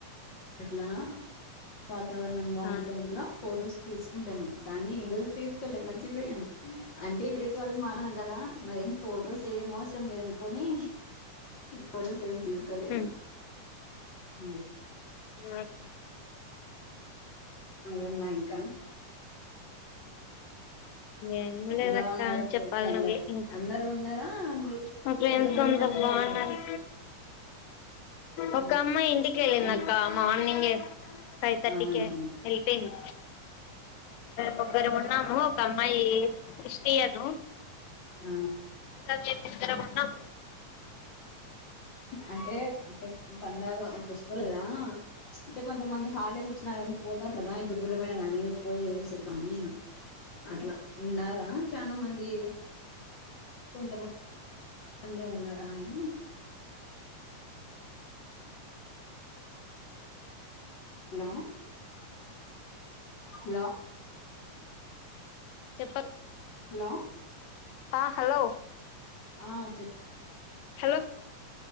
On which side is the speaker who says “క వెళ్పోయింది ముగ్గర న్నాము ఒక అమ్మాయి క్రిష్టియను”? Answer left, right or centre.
Left